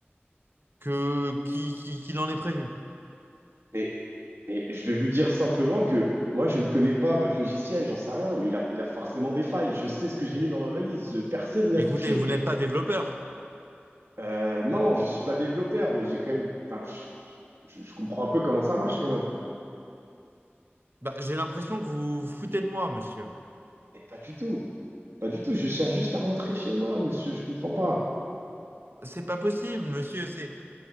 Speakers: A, on the right; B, on the right.
A: que qui- qui- qu'il en est prévu.
B: mais Mais je vais vous dire simplement que moi, je ne connais pas votre logiciel, j'en sais rien, mais il a, il a forcément des failles. Je sais ce que j'ai mis dans ma valise, euh, personne n'y
A: Écoutez,
B: a touché.
A: vous n'êtes pas développeur.
B: Euh, non, je suis pas développeur, mais j'ai quand même, enfin, je, je- je comprends un peu comment ça marche quand même.
A: Bah, j'ai l'impression que vous vous foutez de moi, monsieur.
B: Mais pas du tout, pas du tout. Je cherche juste à rentrer chez moi, monsieur, je comprends pas.
A: C'est pas possible, monsieur. C'est